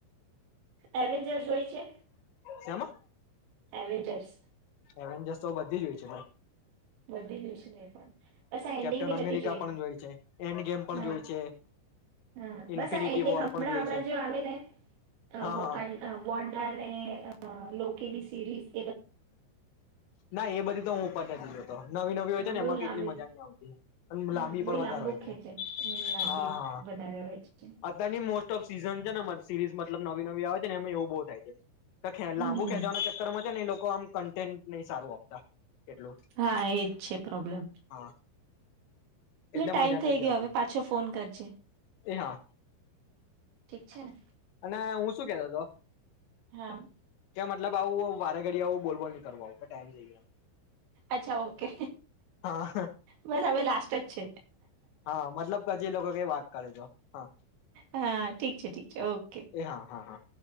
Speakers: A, on the right; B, on the left.
A: એવેન્જર જોઈ છે?
B: સામાં
A: એવેજસ
B: એવેન્જર્સ તો બધી જ હોય છે ભાઈ
A: વધી ગયું છે એ પણ બસ આ
B: કેપ્ટન
A: એન્ડિંગી નથી
B: અમેરિકા
A: જોય
B: પણ છે એન્ડ ગેમ પણ
A: હ
B: જોય છે
A: હ બસ
B: ઇન્ફિનિટી
A: આન્ડિંગ
B: વોર
A: હમણાં
B: પણ જોય
A: હમણાં
B: છે
A: આવે ને
B: હા
A: વોટળાઈલ
B: હા
A: લો સીરીયસ
B: ના એ બધી તો હું બો બધી જોઉં નવી નવી હોય
A: હા
B: છે ને
A: બહુ
B: એમાં
A: લાંબી
B: કેટલી મજા નહી આવતી પણ
A: હમ,
B: લાંબી
A: બહુ
B: પણ
A: લાંબુ
B: વધારે હોય
A: ખેંચે
B: છે.
A: હમ લાંબી
B: હા, હા,
A: વધારે હોય છે.
B: અત્યારની મોસ્ટ સીઝન છે ને સિરીઝ મતલબ નવી નવી આવે છે ને બોર થાય છે. તો ખે
A: હમ
B: લાંબુ ખેંચવાના ચક્કરમાં છે એ લોકો કન્ટેન્ટ નહી સારું આપતા. એટલું
A: હા, એજ છે પ્રોબ્લેમ.
B: હા એટલે
A: લે ટાઈમ
B: મજા નથી
A: થઈ ગયો
B: આવતી
A: હવે પાછો ફોન કરજે
B: એ હા
A: ઠીક છે. ને
B: અને હું શું કેતો હતો.
A: હા,
B: કે મતલબ આવું વારે ઘડી આવું બોલ બોલ ની કરવા આવું ટાઈમ થઈ ગયો
A: અચ્છા ઓકે
B: હા
A: બસ હવે લાસ્ટ જ છે.
B: હા મતલબ પછી એ લોકો કઈ વાત કરે જો હા
A: હા ઠીક છે ઠીક છે, ઓકે.
B: એ હા, હા, હા,